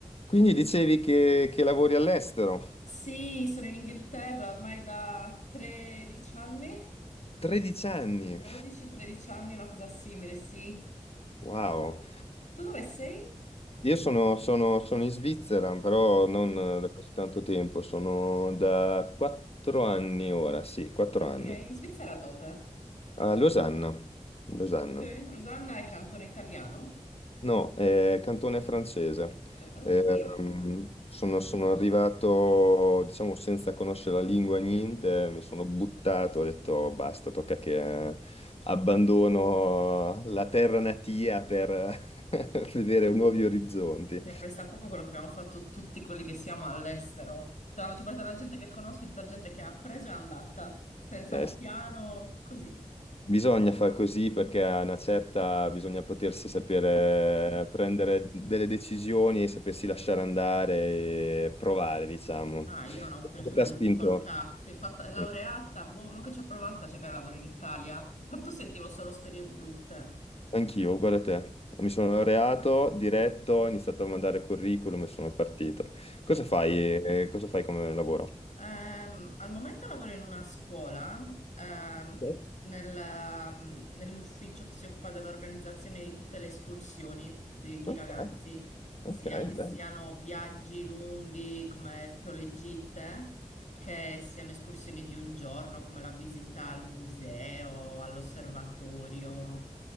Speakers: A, on the left; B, on the left.
A: Quindi dicevi che, che lavori all'estero?
B: Sì, sono in Inghilterra ormai da 13 anni,
A: 13 anni,
B: 12-13 anni, una cosa simile, sì.
A: wow.
B: Tu dove sei?
A: Io sono, sono- sono in Svizzera, però non
B: Mm.
A: da così tanto tempo, sono da 4 anni ora, sì, 4
B: Ok,
A: anni,
B: in Svizzera dove?
A: a Losanna. Losanna.
B: Ok, Rosanna è cantone italiano?
A: No, è cantone francese.
B: Pre- Oddio.
A: Eh, Mm. ehm, sono, sono arrivato, diciamo, senza conoscere la lingua, niente, mi sono buttato, ho detto basta, tocca che eh, abbandono la terra natia per <laughs> vedere nuovi orizzonti.
B: Cioè, presta poco quello che abbiamo fatto tutti quelli che siamo all'estero. Tra la maggior parte della gente che conosco, e tutta gente che ha preso e è andata, senza
A: Eh,
B: un
A: s-
B: piano, così.
A: bisogna far così perché a una certa bisogna potersi sapere prendere delle decisioni e sapersi lasciare andare e provare, diciamo.
B: Ah, io non ho avuto
A: Cosa
B: nessuna
A: ti ha
B: difficoltà.
A: spinto?
B: Fui fatta laureata,
A: Mm.
B: boh, manco ci ho provato a cercare lavoro in Italia. Tanto sentivo solo storie brutte.
A: Anch'io, uguale a te. Mi sono laureato, diretto, ho iniziato a mandare curriculum e sono partito.
B: Ok.
A: Cosa fai, eh, cosa fai come lavoro?
B: Ehm, al momento lavoro in una scuola, ehm,
A: Ok.
B: nel, ehm, nell'ufficio che si occupa dell'organizzazione di tutte le escursioni dei
A: Ok,
B: ragazzi, sia
A: ok,
B: che siano
A: bene.
B: viaggi lunghi come proprio le gite, che siano escursioni di un giorno come la visita al museo, all'osservatorio.